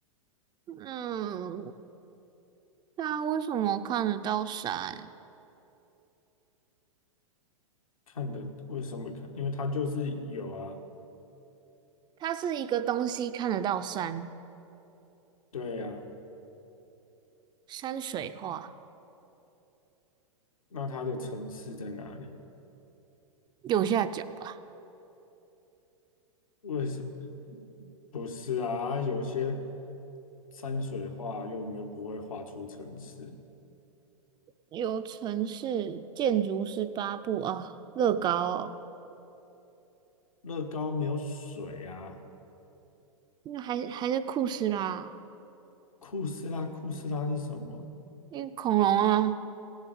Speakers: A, on the right; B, on the left.
A: 嗯，那为什么看得到山？
B: 看得，为什么看？因为它就是有啊，
A: 它是一个东西看得到山，
B: 对呀。
A: 山水画
B: 那它的城市在哪里？
A: 右下角吧。
B: 为什不是啊？啊有些山水画又没不会画出城市，
A: 有城市建筑师八部啊，乐高哦，
B: 乐高没有水啊。
A: 那还还是酷斯啦，
B: 库斯拉，库斯拉是什么？
A: 那个恐龙啊，